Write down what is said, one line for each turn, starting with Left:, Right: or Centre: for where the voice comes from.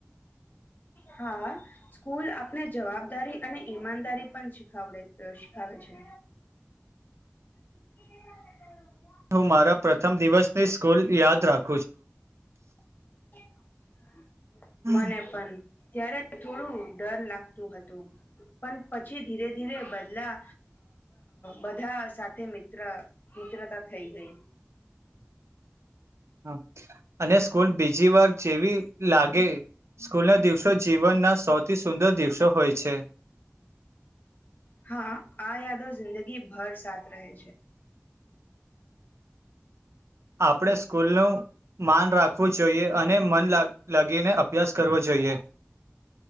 Left: હા સ્કૂલ આપને જવાબદારી અને ઈમાનદારી પણ શીખડે શીખાવે છે <inaudible>
Right: હું મારા પ્રથમ દિવસની સ્કૂલ યાદ રાખું
Left: <inaudible>
Right: છું
Left: <inaudible> મને પણ ત્યારે થોડું ડર લાગતું હતું પણ પછી ધીરે ધીરે બદલા બધા સાથે મિત્ર મિત્રતા થઈ ગઈ
Right: હા અને સ્કૂલ બી બીજી વાર જેવી લાગે સ્કૂલના દિવસો જીવનના સૌથી સુંદર દિવસો હોય છે
Left: હા આ યાદો જિંદગીભર સાથ રહે છે
Right: આપણે સ્કૂલ નું માન રાખવું છે જોઈએ અને મન લાગીને અભ્યાસ કરવો જોઈએ